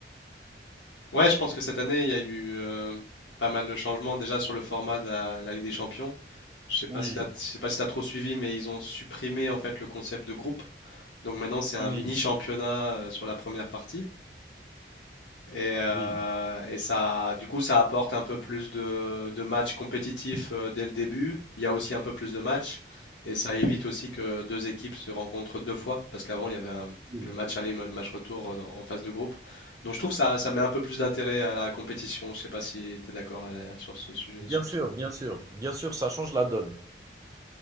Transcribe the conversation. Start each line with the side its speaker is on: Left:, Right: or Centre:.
Left: Ouais, je pense que cette année, il y a eu euh, pas mal de changements déjà sur le format de la, la Ligue des Champions. Je sais pas
Right: Oui,
Left: si t'as, je sais pas si t'as trop suivi, mais ils ont supprimé en fait le concept de groupe. Donc maintenant, c'est un
Right: oui,
Left: mini championnat euh, sur la première partie. Et, euh,
Right: oui,
Left: et ça, du coup, ça apporte un peu plus de, de matchs compétitifs euh, dès le début. Il y a aussi un peu plus de matchs. Et ça évite aussi que deux équipes se rencontrent deux fois. Parce qu'avant, il y avait un-
Right: oui.
Left: le match aller, le match retour euh, dans- en phase de groupe. Donc je trouve ça, ça met un peu plus d'intérêt à la compétition. Je sais pas si tu es d'accord euh, sur ce sujet.
Right: Bien
Left: sur-
Right: sûr, bien sûr, bien sûr, ça change la donne.